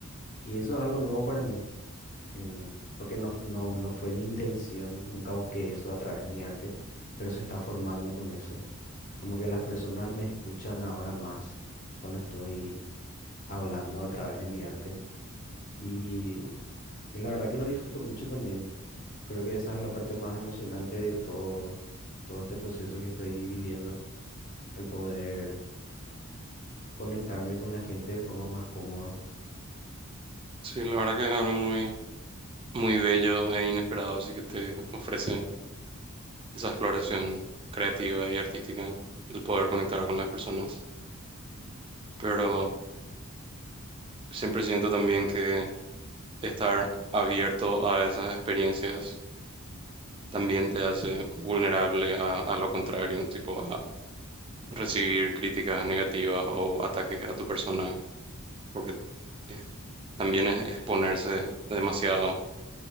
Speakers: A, on the left (about 35°); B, on the right (about 25°).
A: Y eso es algo nuevo para mí, em, porque no, f- no, no fue mi intención, nunca busqué eso a través de mi arte, pero se está formando con eso. Como que las personas me escuchan ahora más cuando estoy hablando a través de mi arte. Y, y la verdad que lo disfruto mucho también. Creo que esa es la parte más emocionante de todo, todo este proceso que estoy viviendo, el poder conectarme con la gente de forma más cómoda.
B: Sí, la verdad que es algo muy, muy bello e inesperado, así que te ofrece esa exploración creativa y artística, el poder conectar con las personas. Pero siempre siento también que estar abierto a esas experiencias también te hace vulnerable a, a lo contrario, tipo a recibir críticas negativas o ataques a tu persona, porque es- también es exponerse demasiado